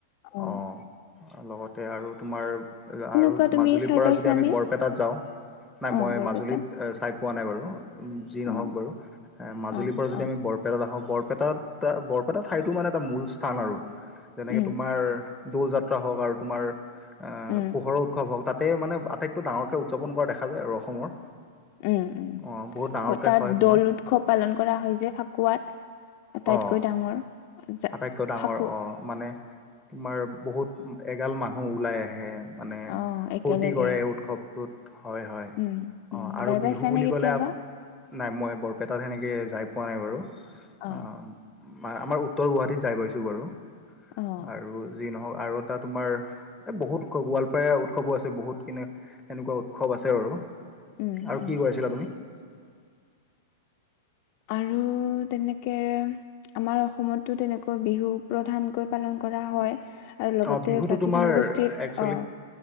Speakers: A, on the left; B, in the centre.
A: অ
B: অঁ। লগতে আৰু তোমাৰ
A: তেনেকুৱা
B: আৰু
A: তুমি
B: মাজুলীৰ
A: চাই
B: পৰা
A: পাইছানে
B: যদি আমি বৰপেটাত যাওঁ নাই
A: অ
B: মই
A: বৰপেটাত
B: মাজুলীত চাই পোৱা নাই বাৰু, যি
A: অ
B: নহওক বাৰু এ মাজুলীৰ
A: অ
B: পৰা যদি
A: অ
B: আমি বৰ পেটাত আহো, বৰপেটাত এটা বৰপেটা ঠাইতো মানে এটা মূল স্থান আৰু, যেনেকে
A: উম
B: তোমাৰ দৌল যাত্ৰা হওক আৰু তোমাৰ এ
A: উম
B: পোহৰৰ উৎসৱ হওক তাতে মানে আটাইতৈ ডাঙৰকে উদযাপন কৰা দেখা যায় আৰু অসমৰ।
A: উম উম
B: অঁ বহুত ডাঙৰকে
A: হ তাত
B: হয়
A: দৌল
B: তোমাৰ।
A: উৎসৱ পালন কৰা হয় যে ফাকুৱাত আটাইতকৈ
B: অ
A: ডাঙৰ। জা-
B: আটাইতকৈ ডাঙৰ
A: ফাকু
B: অ, মানে তোমাৰ বহুত এগাল মানুহ ওলাই আহে। মানে
A: অ একেলগে
B: ফূৰ্তি কৰে উৎসৱ টোত হয় হয়
A: উম, উম,
B: অঁ আৰু
A: যাই পাইছানে
B: বিহু বুলি
A: কেতিয়াবা?
B: ক'লে আ নাই মই বৰপেটাত সেনেকে যায় পোৱা নাই বাৰু।
A: অ',
B: অহ আমাৰ উট্ উত্তৰ গুৱাহাটীত যায় পাইছোঁ বাৰু।
A: অ',
B: আৰু যি নহওক আৰু এটা তোমাৰ এ বহুত উৎসৱ গোৱালপাৰ উৎসৱো আছে বহুত কিনে সেনেকুৱা উৎসৱ আছে আৰু।
A: উম,
B: আৰু
A: উম।
B: কি কৈ আছিলা তুমি?
A: আৰু তেনেকে আমাৰ অসমতো তেনেকৈ বিহু প্ৰধানকৈ পালন কৰা হয়। আৰু লগতে
B: অ বিহুতো
A: জাতি
B: তোমাৰ
A: জনগোষ্ঠীৰ
B: একচুৱেলি
A: অঁ